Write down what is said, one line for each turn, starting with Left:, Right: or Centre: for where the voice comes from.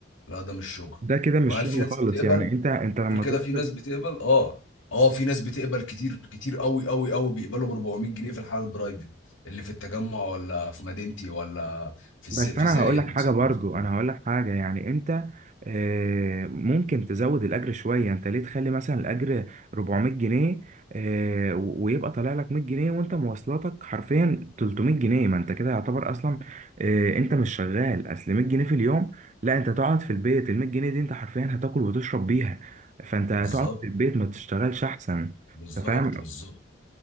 Left: لا ده مش شغل
Right: ده كده مش
Left: بقى هل
Right: شغل
Left: في ناس
Right: خالص
Left: بتقبل
Right: يعني انت انت لما
Left: هل كده
Right: تصرف
Left: في ناس بتقبل اه اه في ناس بتقبل كتير كتير قوي قوي قوي بيقبلوا ب 400 جنيه في الحاله البرايفت اللي في التجمع ولا في مدينتي ولا في الز...
Right: بس
Left: في
Right: انا
Left: زايد
Right: هقول لك حاجه
Left: مثلا
Right: برضو
Left: ولا في اكتوبر
Right: انا هقول لك حاجه يعني انت آه، ممكن تزود الاجر شويه انت ليه تخلي مثلا الاجر 400 جنيه آه، ويبقى طالع لك 100 جنيه وانت مواصلاتك حرفيا 300 جنيه ما انت كده يعتبر اصلا آه، انت مش شغال اصل 100 جنيه في اليوم لا انت تقعد في البيت ال 100 جنيه دي انت حرفيا هتاكل وتشرب بيها فانت هتقعد
Left: بالظبط
Right: في البيت ما تشتغلش احسن
Left: بالظبط
Right: انت فاهم
Left: بالظبط